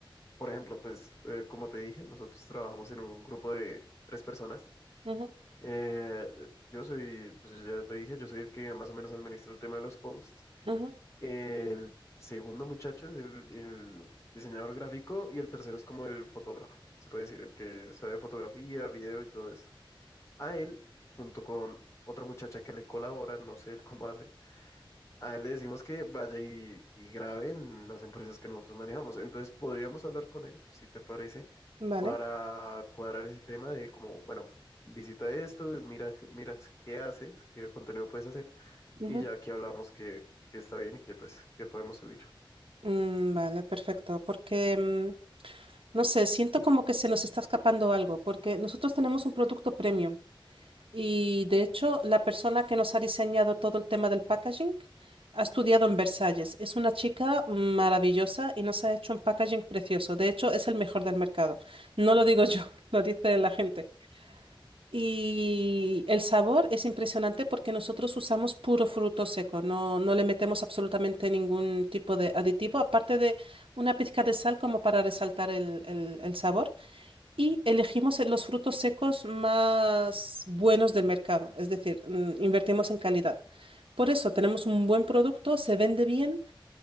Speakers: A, on the left; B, on the right.
A: Por ejemplo, pues eh, como te dije, nosotros trabajamos en un grupo de tres personas.
B: Ujú,
A: Eh, yo soy, pues ya te dije, yo soy el que más o menos administra el tema de los posts.
B: ujú,
A: El segundo muchacho es el, el diseñador gráfico y el tercero es como el fotógrafo, se puede decir, el que sabe fotografía, video y todo esto. A él, junto con otra muchacha que le colabora, no sé <laughs> cómo hace, a él le decimos que vaya y, y grabe en las empresas que nosotros manejamos. Entonces podríamos hablar con él, si te parece,
B: Vale.
A: para cuadrar ese tema de como, bueno, visita esto, mira, mira qué haces, qué contenido puedes hacer,
B: ujú.
A: y ya aquí hablamos que, que está bien y que pues que podemos subir.
B: Mm, vale, perfecto. Porque, mm, no sé, siento como que se nos está escapando algo, porque nosotros tenemos un producto premium. Y de hecho, la persona que nos ha diseñado todo el tema del packaging ha estudiado en Versalles. Es una chica maravillosa y nos ha hecho un packaging precioso. De hecho, es el mejor del mercado. No lo digo yo, <laughs> lo dice la gente. Y el sabor es impresionante porque nosotros usamos puro fruto seco, no, no le metemos absolutamente ningún tipo de aditivo, aparte de una pizca de sal como para resaltar el el- el sabor y elegimos los frutos secos más buenos del mercado, es decir, mm, invertimos en calidad. Por eso tenemos un buen producto, se vende bien,